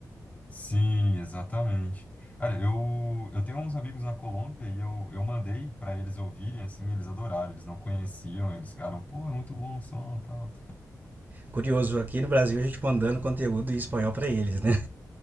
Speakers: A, on the left (about 20°); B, on the right (about 30°).
A: Sim, exatamente. Olha, eu, eu tenho uns amigos na Colômbia e eu, eu mandei para eles ouvirem, assim, eles adoraram, eles não conheciam, eles ficaram, pô, é muito bom o som, tal.
B: Curioso, aqui no Brasil a gente mandando conteúdo em espanhol para eles, né?